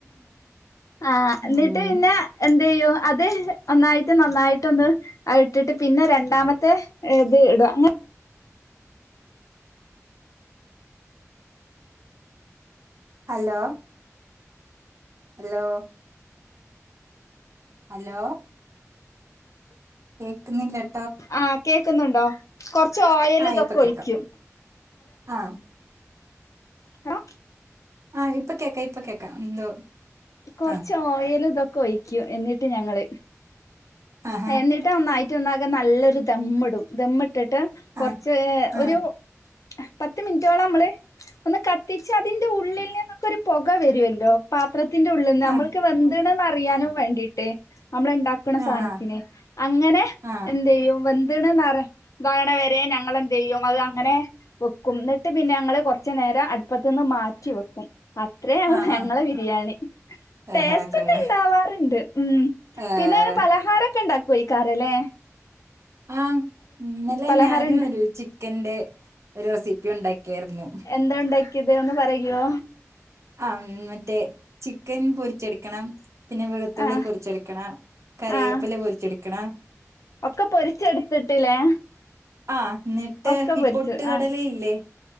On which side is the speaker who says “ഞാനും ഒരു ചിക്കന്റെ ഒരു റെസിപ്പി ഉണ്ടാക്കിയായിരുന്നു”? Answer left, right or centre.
Right